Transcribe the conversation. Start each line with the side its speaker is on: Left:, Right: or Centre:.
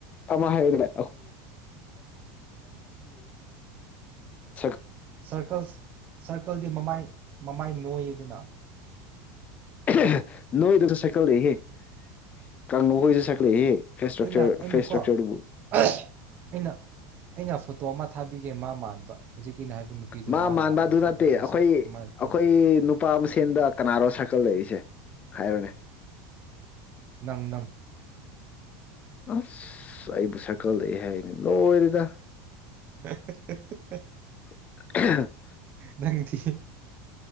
Left: ꯑꯃ ꯍꯥꯏꯌꯨꯅꯦ <unintelligible> <inaudible>
Right: ꯁꯔꯀꯜ ꯁꯔꯀꯜꯗꯤ ꯃꯃꯥꯏ ꯃꯃꯥꯏ <unintelligible>
Left: <unintelligible> <unintelligible> <inaudible> <inaudible>
Right: ꯑꯩꯅ ꯑꯩꯅꯀꯣ
Left: ꯐꯦꯁ ꯏꯁꯇ꯭ꯔꯛꯆꯔꯗꯨꯕꯨ
Right: <unintelligible> ꯑꯩꯅ ꯑꯩꯅ ꯐꯣꯇꯣ ꯑꯃ ꯊꯥꯕꯤꯒꯦ ꯃꯥ ꯃꯥꯟꯕ ꯍꯧꯖꯤꯛ ꯑꯩꯅ ꯍꯥꯏꯕ ꯅꯨꯄꯤꯗꯣ
Left: ꯃꯥ ꯃꯥꯟꯕ ꯑꯗꯨ
Right: ꯐꯣꯇꯣ
Left: ꯅꯠꯇꯦ
Right: ꯃꯁꯛ
Left: ꯑꯈꯣꯏ
Right: ꯑꯃ ꯂꯩ
Left: ꯑꯈꯣꯏ ꯅꯨꯄꯥ ꯃꯁꯦꯟꯗ ꯀꯅꯥꯔꯣ <unintelligible> ꯍꯥꯏꯔꯣꯅꯦ
Right: ꯅꯪ ꯅꯪ
Left: ꯑꯁ ꯑꯩꯕꯨ <unintelligible> ꯂꯣꯏꯔꯦꯗ
Right: <unintelligible>
Left: <unintelligible>
Right: ꯅꯪꯗꯤ <unintelligible>